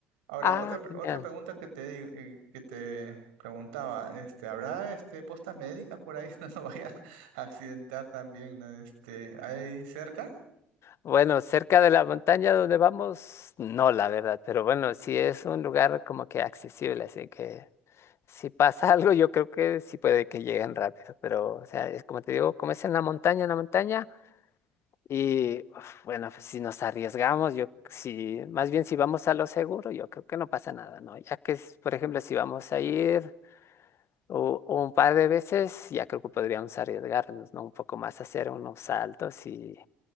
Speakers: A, on the right; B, on the left.
A: Ahora,
B: Ah,
A: otra, pre-
B: genial.
A: otra pregunta que te, di- eh, que te preguntaba, este, ¿habrá este, postas médicas por ahí? <laughs> No, no vaya a accidentar también, ¿no? Este, ¿hay cerca?
B: Bueno, cerca de la montaña donde vamos, no, la verdad, pero bueno, sí es un lugar como que accesible, así que si pasa <laughs> algo, yo creo que sí puede que lleguen rápido, pero o sea, es como te digo, como es en la montaña, en la montaña, y uf, bueno, pues si nos arriesgamos, yo sí, más bien si vamos a lo seguro, yo creo que no pasa nada, ¿no? Ya que, es, por ejemplo, si vamos a ir u- un par de veces, ya creo que podríamos arriesgarnos, ¿no? Un poco más hacer unos saltos y,